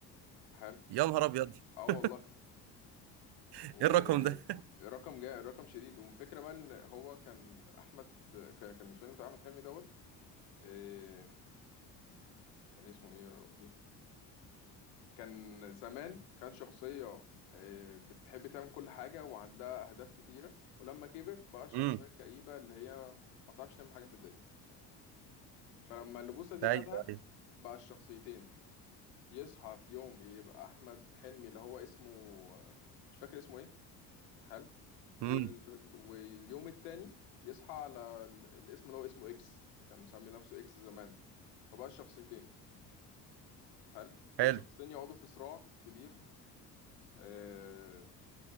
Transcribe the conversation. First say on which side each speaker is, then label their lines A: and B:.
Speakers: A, on the left (about 70°); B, on the right (about 55°).
A: حلو
B: يا نهار ابيض <laughs>
A: اه والله
B: ايه
A: ورقم
B: الرقم ده
A: جاي رقم شديد والفكرة بقى ان هو كان أحمد كان كان الفيلم بتاع أحمد حلمي دوت إيه كان اسمه ايه يا ربي كان زمان كان شخصية إيه بتحب تعمل كل حاجة وعندها أهداف كتيرة ولما كبر بقى الشخصية
B: امم
A: الكئيبة اللي هي ما بتعرفش تعمل حاجة في الدنيا فلما اللبوسة دي
B: ايوه
A: خدها
B: ايوه
A: بقى الشخصيتين يصحى في يوم يبقى احمد حلمي اللي هو اسمه مش فاكر اسمه ايه حلو
B: امم
A: وال... واليوم التاني يصحى على ال- الاسم اللي هو اسمه اكس كان مسمي نفسه اكس زمان فبقى الشخصيتين حلو والشخصيتين
B: حلو
A: يقعدوا في صراع كبير آه...